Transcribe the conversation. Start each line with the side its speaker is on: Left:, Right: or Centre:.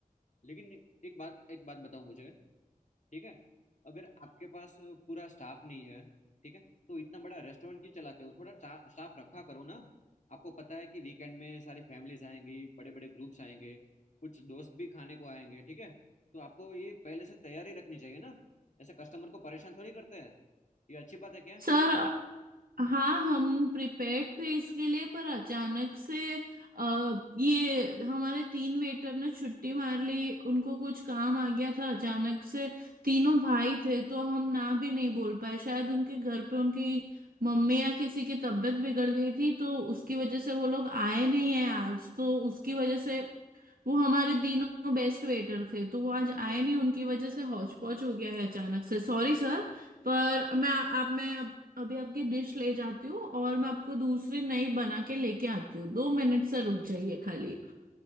Left: लेकिन एक बात एक बात बताओ मुझे ठीक है अगर आपके पास पूरा स्टाफ नहीं है ठीक है तो इतना बड़ा रेस्टोरेंट क्यों चलाते हो थोड़ा स्टाफ रखा करो ना आपको पता है कि वीकेंड में सारी फैमिलीज आएंगी बड़े बड़े ग्रुप्स आएंगे कुछ दोस्त भी खाने को आएंगे ठीक है तो आपको ये पहले से तैयारी रखनी चाहिए ना ऐसे कस्टमर को परेशान थोड़ी करते हैं ये अच्छी बात है क्या
Right: सर हाँ हम प्रिपेयर्ड थे इसके लिए पर अचानक से आ, ये हमारे तीन वेटर ने छुट्टी मार ली उनको कुछ काम आ गया था अचानक से तीनों भाई थे तो हम ना भी नहीं बोल पाए शायद उनके घर पे उनकी मम्मी या किसी की तबीयत बिगड़ गई थी तो उसकी वजह से वो लोग आए नहीं है आज तो उसकी वजह से वो हमारे तीनों बेस्ट वेटर थे तो वो आज आए नहीं उनकी वजह से हौच पौच हो गया है अचानक से Sorry sir पर मैं आप मैं अभी आपकी डिश ले जाती हूँ और मैं आपको दूसरी नई बना के लेके आती हूँ दो मिनट से रुक जाइए खाली